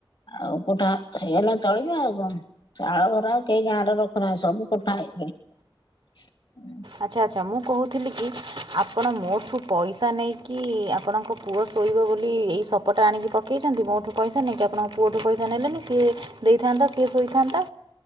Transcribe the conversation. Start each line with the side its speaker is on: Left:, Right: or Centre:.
Left: ଆଉ କୋଠା ହେଇଗଲା ଚଳିବେ ଆଉ କଣ। ଚାଳ ଘର ଆଉ କେଇ ଗାଁରେ ରଖୁନାଆନ୍ତି ସବୁ କୋଠା। <unintelligible>
Right: ଆଚ୍ଛା ଆଚ୍ଛା ମୁଁ କହୁଥିଲି କି ଆପଣ ମୋଠୁ ପଇସା ନେଇକି ଆପଣଙ୍କ ପୁ ପୁଅ ଶୋଇବ ବୋଲି ଏଇ ସପଟା ଆଣିକି ପକଇଛନ୍ତି ମୋଠୁ ପଇସା ନେଇକି ଆପଣଙ୍କ ପୁଅଠୁ ପଇସା ନେଲେନି ସିଏ ଦେଇଥାନ୍ତା ସିଏ ସୋଇଥାନ୍ତା।